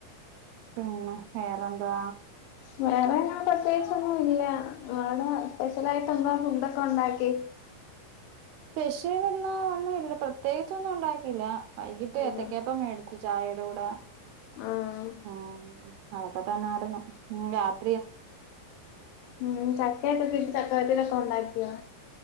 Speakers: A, on the right; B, on the left.
A: ഉം വേറെന്താ
B: വേറെ ഞാൻ പ്രതേകിച്ച് ഒന്നും ഇല്ല ഇവടെ സ്പെഷ്യലായിട്ട് എന്താ ഫുഡ്‌ ഒക്കെ ഉണ്ടാക്കി
A: പെഷ്യൽ ഇന്ന് ഒന്നുമില്ലാ പ്രത്യേകിച്ചൊന്നും ഉണ്ടാക്കില്ല വൈകിട്ട് ഏത്തക്കപ്പം
B: ഉം
A: മേടിച്ചു ചായയുടെ കൂടെ
B: ആഹ്
A: അ അതൊക്കെ തന്നെ ആരു <unintelligible>
B: മ് ചക്ക <unintelligible> ചക്കവെറ്റില് ഉണ്ടാക്കിയോ